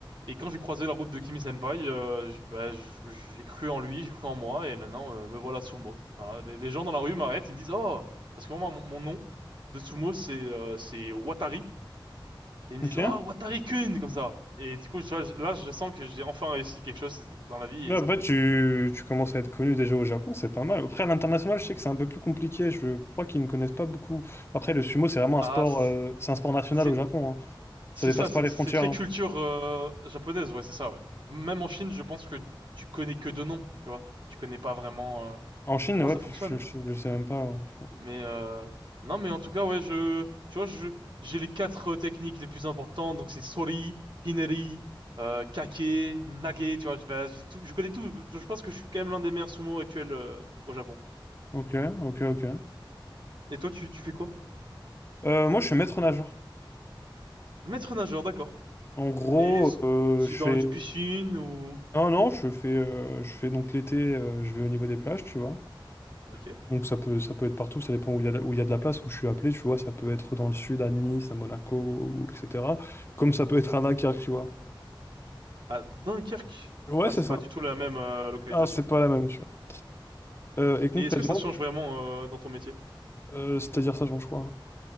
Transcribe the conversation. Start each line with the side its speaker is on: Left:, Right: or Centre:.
Right: Et quand j'ai croisé la route de Kimi Senpai, euh, je- bah, je- j'ai cru en lui, j'ai cru en moi, et maintenant, euh, me voilà Sumo. Voilà. Les, les gens dans la rue m'arrêtent, ils me disent, oh, parce que moi, mon, mon nom de Sumo, c'est euh, c'est Watari. Et ils me
Left: ok.
Right: disent, oh, Watari-kun, comme ça. Et du coup, tu vois, je- là, je sens que j'ai enfin réussi quelque chose dans la vie
Left: Mais
Right: et ça
Left: après,
Right: me plaît
Left: tu,
Right: beaucoup.
Left: tu commences à être connu déjà au Japon, c'est pas mal. Après, à l'international, je sais que c'est un peu plus compliqué. Je crois qu'ils ne connaissent pas beaucoup. Après, le sumo, c'est vraiment
Right: Ah,
Left: un sport,
Right: c-
Left: euh, c'est un sport national
Right: c'est,
Left: au Japon. hein.
Right: c'est
Left: Ça dépasse
Right: ça, c'est,
Left: pas les
Right: c'est
Left: frontières.
Right: très
Left: hein.
Right: culture, euh, japonaise, ouais, c'est ça, ouais. Même en Chine, je pense que tu connais que deux noms, tu vois. Tu connais pas vraiment, euh,
Left: En Chine,
Right: comment
Left: ouais,
Right: ça fonctionne.
Left: je, je, je sais même pas. hein.
Right: Mais, euh, non, mais en tout cas, ouais, je, tu vois, je, j'ai les quatre euh, techniques les plus importantes, donc c'est Sori, Hineri, euh, Kake, Nage, tu vois, je vais, j'ai tout, je connais tout. Je pense que je suis quand même l'un des meilleurs sumo actuels, euh, au Japon.
Left: Ok, ok, ok.
Right: Et toi, tu, tu fais quoi?
Left: Euh, moi, je suis maître nageur.
Right: Maître nageur, d'accord.
Left: En gros,
Right: Et c-
Left: euh,
Right: c'est
Left: je
Right: dans
Left: fais.
Right: le du piscine ou...
Left: Non, non, je fais, euh, je fais donc l'été, euh, je vais au niveau des plages, tu vois.
Right: Ok.
Left: Donc ça peut, ça peut être partout, ça dépend où il y a, de- où il y a de la place, où je suis appelé, tu vois, ça peut être dans le sud, à Nice, à Monaco, ou, etc. Comme ça peut être à Dunkerque, tu vois.
Right: À Dunkerque.
Left: Ouais,
Right: Ah,
Left: c'est
Right: c'est
Left: ça.
Right: pas du tout la même euh, localisation.
Left: Alors, c'est pas la même, tu vois. Euh, et concrètement,
Right: Et est-ce que ça change
Left: tu-
Right: vraiment euh, dans ton métier?
Left: euh, c'est-à-dire ça change quoi?